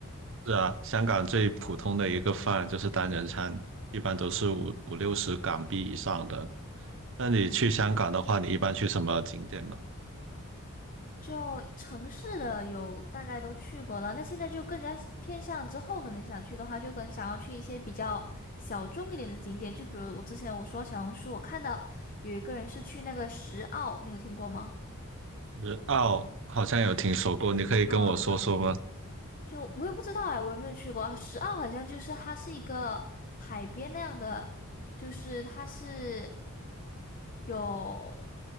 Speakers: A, on the right; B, on the left.
A: 是啊，香港最普通的一个饭就是单人餐，一般都是五五六十港币以上的。那你去香港的话，你一般去什么景点吗？
B: 就城市的有大概都去过了，那现在就更加偏向之后可能想去的话，就更想要去一些比较小众一点的景点，就比如我之前我说小红书，我看到有一个人是去那个石澳，你有听过吗？
A: 日澳好像有听说过，你可以跟我说说吗？
B: 啊，就就我也不知道哎，我也没有去过。石澳好像就是它是一个海边那样的，就是它是有